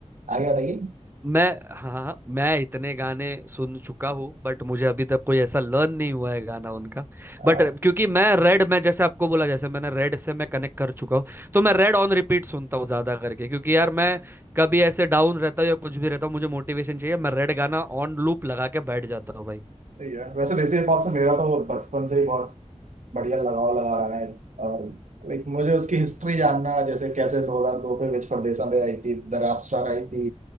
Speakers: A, on the right; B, on the right.
A: आगे बताइए
B: मैं हाँ हाँ, मैं इतने गाने सुन चुका हूँ बट मुझे अभी तक कोई ऐसा लर्न नहीं हुआ है गाना उनका
A: अ,
B: बट क्योंकि मैं रेड में जैसे आपको बोला जैसे मैंने रेड से मैं कनेक्ट कर चुका हूँ तो मैं रेड ऑन रिपीट सुनता हूँ ज्यादा करके क्योंकि यार मैं कभी ऐसे डाउन रहता हूँ या कुछ भी रहता हूँ मुझे मोटिवेशन चाहिए मैं रेड गाना ऑन लूप लगा के बैठ जाता हूँ भाई
A: सही है वैसे देसी हिप हॉप से मेरा तो बचपन से ही बहुत बढ़िया लगाव लगा रहा है और लाइक मुझे उसकी हिस्ट्री जानना जैसे कैसे दो हजार दो में विच परदेसा में आई थी द रैप स्टार आई थी